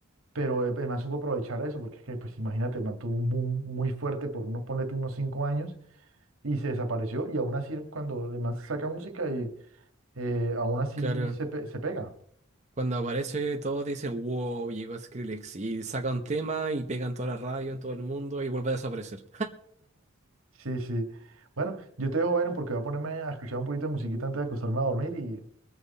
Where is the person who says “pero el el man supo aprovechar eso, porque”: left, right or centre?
Right